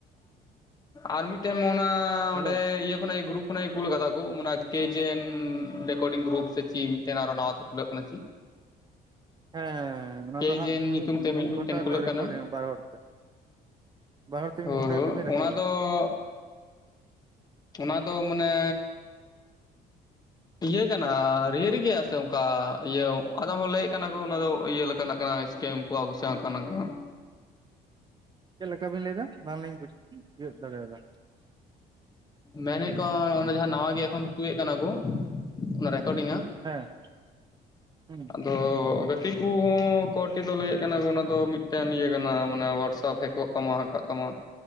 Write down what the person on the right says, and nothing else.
ᱦᱮᱞᱳ
ᱦᱮᱸᱻ ᱚᱱᱟ
ᱫᱚ ᱦᱟᱸᱜ ᱢᱤᱫ <unintelligible>
ᱢᱤᱫᱜᱷᱚᱱᱴᱟ
ᱠᱟᱛᱮ
ᱨᱮᱠᱚᱰᱤᱧᱟ
ᱵᱟᱨ ᱦᱚᱲ ᱛᱮ᱾ ᱵᱟᱨ ᱦᱚᱲᱛᱮ ᱢᱤᱫ
ᱜᱷᱚᱱᱴᱟ ᱠᱟᱛᱮᱫ ᱵᱤᱱ
ᱨᱮᱠᱚᱨᱰᱟ
ᱪᱮᱫ ᱠᱮᱠᱟ ᱵᱤᱱ ᱞᱟᱹᱭ ᱫᱟ? ᱵᱟᱝᱞᱤᱧ ᱵᱩᱡ ᱛᱤᱭᱳᱜ ᱫᱟᱲᱮᱭᱟᱫᱟ᱾
ᱦᱮᱸ᱾ <inaudible> ᱦᱩᱸ᱾